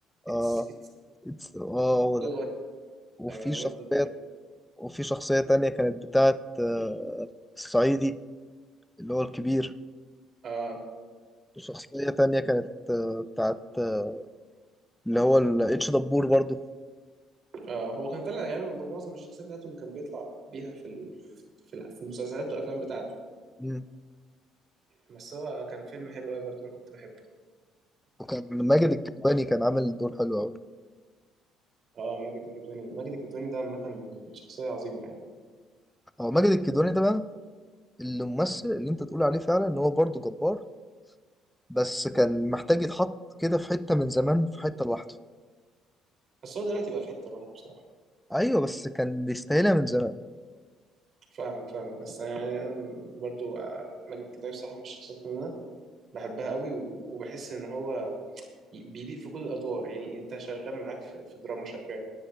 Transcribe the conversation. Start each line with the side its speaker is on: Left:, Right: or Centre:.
Right: اتس
Centre: اه
Right: اتس
Centre: it's- اه هو ده
Right: هو.
Centre: وفي
Right: ايوه انا
Centre: شخصية
Right: برضه
Centre: وفي شخصية تانية كانت بتاعت آه الصعيدي اللي هو الكبير
Right: اه
Centre: وشخصية تانية كانت آه بتاعت آه اللي هو الاتش دبور برضو
Right: آه هو كان طلع غالبا بمعظم الشخصيات بتاعته اللي كان بيطلع بيها في ال... في ال- في المسلسلات والافلام بتاعته
Centre: مم.
Right: بس هو كان فيلم حلو قوي برضه انا كنت بحبه
Centre: وكان ماجد الكدواني كان عامل دور حلو أوي
Right: اه ماجد الكدواني ماجد الكدواني ده عامه شخصيه عظيمه يعني
Centre: هو ماجد الكدواني ده بقى الممثل اللي انت تقول عليه فعلا ان هو برضه جبار بس كان محتاج يتحط كده في حتة من زمان في حتة لوحده
Right: بس هو دلوقتي بقى في حته لوحده بصراحه
Centre: ايوه بس كان بيستاهلها من زمان
Right: فاهمك فاهمك بس انا يعني انا برضه آه، ماجد الكدواني بصراحه من الشخصيات اللي انا بحبها قوي و... وبحس ان هو ي- بيليق في كل الادوار يعني انت شغال معاك في, في دراما شغال